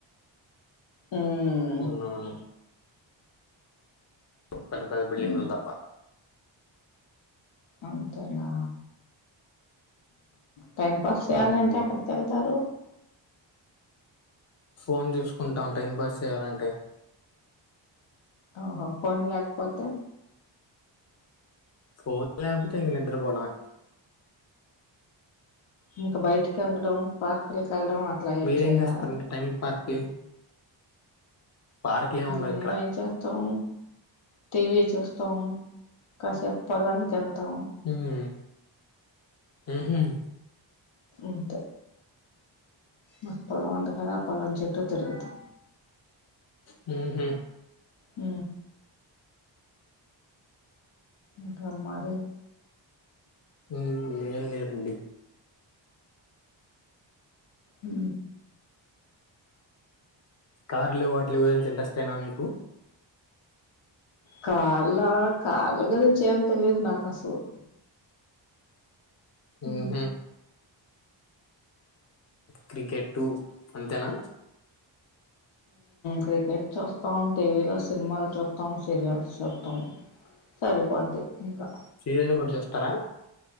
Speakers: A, on the left; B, on the left.
A: ఉమ్
B: అవునవును పది పది బిల్డింగ్
A: ఉమ్
B: తప్ప
A: అంతేనా టైం పాస్ చేయాలి
B: మ్మ్.
A: అంటే ఎక్కడికి వెళ్తారు
B: ఫోన్ చూసుకుంటాం టైం పాస్ చేయాలంటే
A: ఆహో ఫోన్ లేక పోతే
B: ఫోన్ లేక పోతే ఇంకా నిద్ర పోవడమే
A: ఇంకా బయటికి వెళ్ళడం పార్కులు వెళ్లడం అట్లా
B: మీరేం
A: ఏం చేయరా
B: చేస్తారంటే టైం పాస్ కి పార్కులు ఏమి ఉండవు
A: మేము
B: ఇక్కడ
A: ఏం చేస్తాం టీవీ చూస్తాం కాసేపు తర్వాత వెళ్తాం
B: ఉమ్, ఉహుం,
A: అంతే <unintelligible> మల్లా పాలెం చుట్టూ తిరుగుతాం
B: హ
A: అ ఇంకా మరిే
B: ఏం లేదండి
A: అ
B: కార్లు వాటిల గురించి ఇంట్రెస్ట్ ఏ నా మీకు
A: కార్ల కార్ల గురించి ఏం తెలిదు నాకు అసలు హ
B: ఉహుం, క్రికెట్ అంతేనా
A: క్రికెట్ చూస్తాం టీవీలో సినిమాలు చూస్తాం సీరియల్స్ చూస్తాం సరిపోద్ది ఇంకా
B: సీరియల్ కూడా చూస్తారా